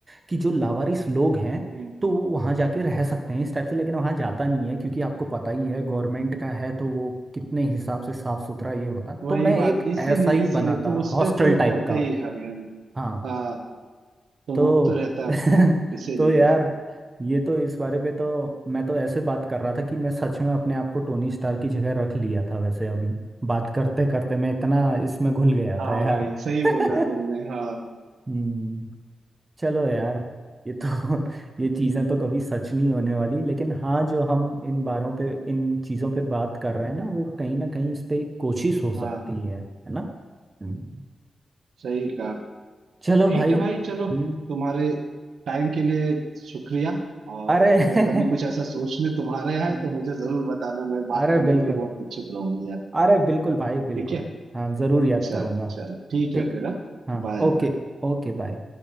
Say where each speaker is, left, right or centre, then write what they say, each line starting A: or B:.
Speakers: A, on the right (about 25°); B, on the right (about 85°).
A: कि जो लावारिस लोग हैं
B: हम्म,
A: तो वो वहाँ जाके रह सकते हैं इस टाइप से लेकिन वहाँ जाता नहीं है क्योंकि आपको पता ही है गवर्नमेंट का है तो वो कितने हिसाब से साफ सुथरा ये होता
B: वही
A: तो मैं
B: बात
A: एक
B: इसीलिए
A: ऐसा ही
B: इसीलिए
A: बनाता
B: तो उस
A: हॉस्टल
B: पे तो
A: टाइप
B: करते
A: का
B: ही हम यार
A: हाँ
B: हाँ तो
A: तो
B: वो तो रहता है
A: <laughs>
B: अपना इसीलिए
A: तो यार ये तो इस बारे पे तो मैं तो ऐसे बात कर रहा था कि मैं सच में अपने आप को टोनी स्टार की जगह रख लिया था वैसे अभी बात करते करते मैं इतना इसमें घुल गया
B: हाँ
A: था यार
B: भाई सही बोला
A: <laughs>
B: तुमने हाँ
A: हम्म चलो यार ये तो <laughs> ये चीज़ें तो कभी सच नहीं होने वाली लेकिन हाँ जो हम इन बारों पे इन चीज़ों पे बात कर रहे हैं ना वो कहीं ना कहीं इस पे एक कोशिश हो सकती
B: हाँ
A: है है ना हम्म।
B: सही कहा
A: चलो
B: ठीक
A: भाई
B: है भाई चलो
A: हम्म
B: तुम्हारे टाइम के लिए शुक्रिया और
A: अरे
B: अगर कभी कुछ ऐसा
A: <laughs>
B: सोचने तुम्हारे यहाँ
A: हाँ,
B: है तो मुझे जरूर बताना मैं बात
A: अरे
B: करने
A: बिल्कुल
B: के लिए बहुत उत्सुक रहूंगा यार
A: अरे बिल्कुल भाई बिल्कुल
B: ठीक है
A: हाँ ज़रूर याद
B: चलो
A: करूँगा
B: चलो ठीक
A: ठीक
B: है फिर हाँ
A: हाँ
B: बाय
A: ओके Okay bye